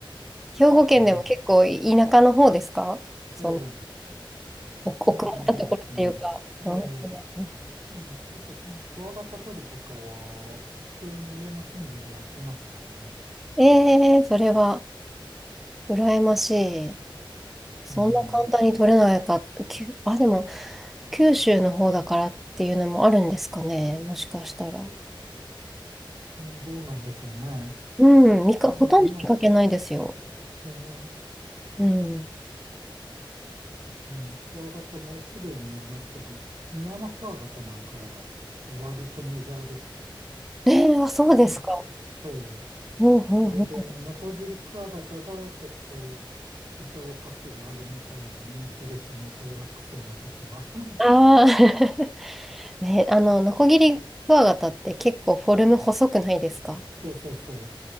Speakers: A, in the centre; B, on the right.
A: 兵庫県でも結構田舎の方ですかその。
B: うん、ええ、
A: 奥奥まったところっていうか。
B: 田舎の方ですね。ええ、
A: うん
B: うん、というか、クワガタ取りとかは、普通に家の近所でやってましたしね。
A: ええそれは羨ましい。そんな簡単に取れないか。
B: うん、
A: きゅ、あ、でも、九州の方だからっていうのもあるんですかね。もしかしたら。
B: うーん、どうなんでしょうね。
A: うん、見か、
B: うん、
A: ほとんど見かけないですよ。
B: まあ、え
A: うん。
B: えうん、クワガタも種類によりますけど、ミヤマクワガタなんかは割とメジャーでしたね。
A: ええあ、そうですか。
B: うん、そ
A: うんうんうん。
B: う。それで、ノコギリクワガタが結構希少価値があるみたいな認識でしたね、小学生の時は。<laughs>
A: ああー、<laughs> ね、あの、ノコギリクワガタって結構フォルム細くないですか
B: そうそうそ